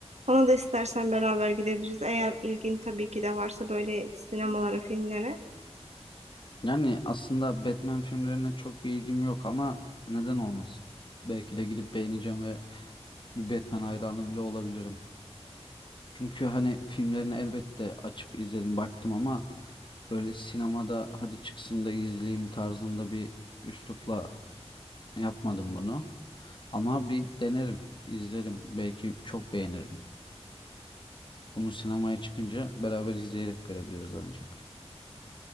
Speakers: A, on the right (about 80°); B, on the left (about 45°).
A: Ona da istersen beraber gidebiliriz. Eğer ilgin tabii ki de varsa böyle sinemalara, filmlere.
B: Yani aslında Batman filmlerine çok bir ilgim yok ama neden olmasın? Belki de gidip beğeneceğim ve bir Batman hayranı bile olabilirim. Çünkü hani filmlerini elbette açıp izledim baktım ama böyle sinemada hadi çıksın da izleyeyim tarzında bir üslupla yapmadım bunu. Ama bir denerim, izlerim. Belki çok beğenirim. Bunu sinemaya çıkınca beraber izleyerek görebiliriz ancak.